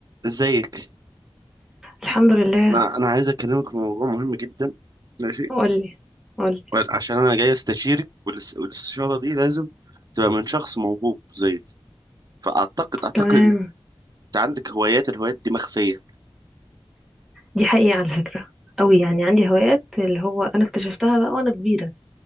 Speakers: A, on the right; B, in the centre.
A: ازيك
B: الحمد لله
A: انا انا عايز اكلمك في موضوع مهم جدا ماشي
B: قولي قولي
A: عشان انا جاي استشيرك والاس- والاستشاره دي لازم تبقى من شخص موهوب زيك فاعتقد اعتقد
B: تمام
A: ان انت عندك هوايات الهوايات دي مخفيه
B: دي حقيقة على فكرة قوي يعني عندي هوايات اللي هو انا اكتشفتها بقى وانا كبيرة